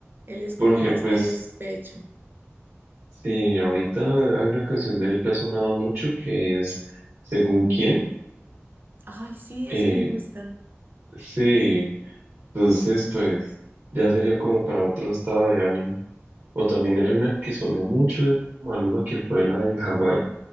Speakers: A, on the right; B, on the right.
A: Él es
B: porque
A: como más
B: pues
A: de despecho.
B: sí, ahorita hay una canción de él que ha sonado mucho que es Según quién.
A: Ay, sí,
B: Eh,
A: esa me gusta.
B: sí, entonces pues ya sería como para otro estado de ánimo. O también hay una que sonó mucho de Maluma que fue la de Hawái.